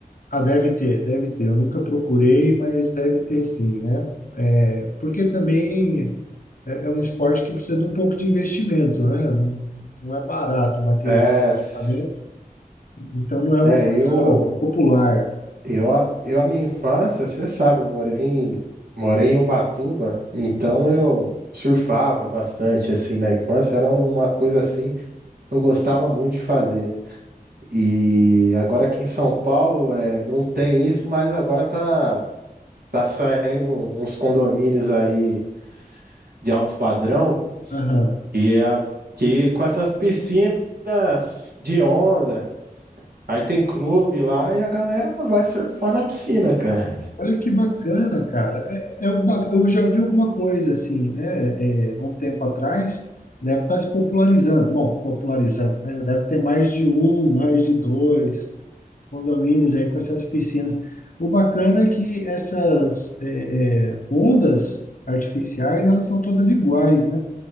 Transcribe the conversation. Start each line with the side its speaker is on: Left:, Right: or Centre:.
Left: Ah, deve ter, deve ter. Eu nunca procurei, mas deve ter sim, né? É, porque também é, é um esporte que precisa de um pouco de investimento, né? Não, não é barato o material,
Right: É,
Left: o equipamento,
Right: s-
Left: então não é uma
Right: é
Left: coisa
Right: eu,
Left: popular.
Right: eu, a- eu, a minha infância, você sabe, eu morei em, morei em Ubatuba, então eu surfava bastante, assim, na infância, era uma coisa, assim, que eu gostava muito de fazer. E agora aqui em São Paulo, é, não tem isso, mas agora tá, tá saindo uns condomínios aí de alto padrão,
Left: Aham.
Right: que, é a, que com essas piscinas de onda, aí tem clube lá e a galera vai surfar na piscina, cara.
Left: Olha que bacana, cara. É, é uma- eu já vi alguma coisa assim, né? É, há um tempo atrás, deve estar se popularizando. Bom, popularizando, né? Deve ter mais de um, mais de dois. condomínios aí com essas piscinas. O bacana é que essas é, é, ondas artificiais, elas são todas iguais, né?